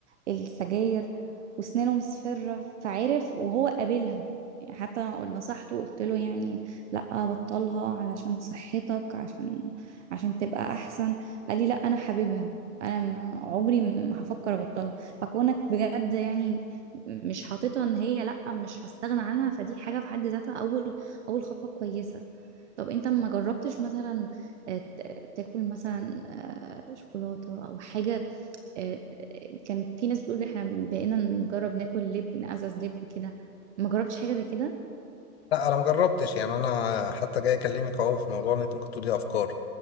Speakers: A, on the right; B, on the left.
A: السجاير وسنانه مصفرة فعرف وهو قابلها يعني حتى نصحته قلت له يعني لا بطلها علشان صحتك عشان عشان تبقى احسن قال لي لا انا حاببها انا ما عمري ما هفكر ابطلها فكونك بجد يعني مش حاططها ان هي لا مش هستغنى عنها فدي حاجة في حد ذاتها اول اول خطوة كويسة طب انت ما جربتش مثلا آه، ت- تاكل مثلا آه، شوكولاتة او حاجة آه، كان في ناس بتقول احنا بقينا نجرب ناكل لب نقزز لب كده ما جربتش حاجة زي كده
B: لا انا ما جربتش يعني انا حتى جاي اكلمك اهو في موضوع ان انت ممكن تقولي افكار